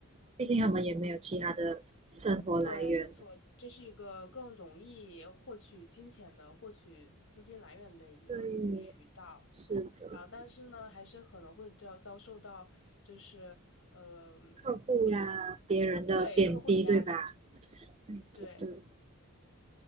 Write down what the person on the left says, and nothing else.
对，没错，这是一个更容易获取金钱的、获取资金来源的一个渠道。
然后，但是呢，还是可能会遭遭受到，就是呃，
可能
对客户的压力，
对。